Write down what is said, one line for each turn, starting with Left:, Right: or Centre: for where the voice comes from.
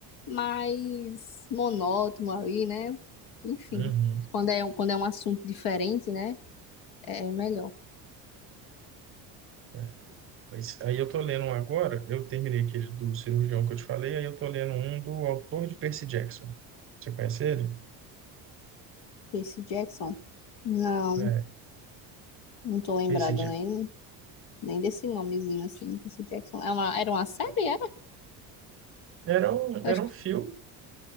Left: mais monótono ali, né? Enfim,
Right: uhum,
Left: quando é, um- quando é um assunto diferente, né? É melhor.
Right: é. Mas aí eu tô lendo um agora, eu terminei aquele do cirurgião que eu te falei, aí eu tô lendo um do autor de Percy Jackson. Você conhece ele?
Left: Percy Jackson. Não,
Right: É,
Left: não tô lembrada,
Right: Percy Jackson.
Left: né? Nem desse nomezinho assim, Percy Jackson. É uma, era uma série, era?
Right: Era um,
Left: Eu
Right: era
Left: acho
Right: um
Left: que
Right: filme,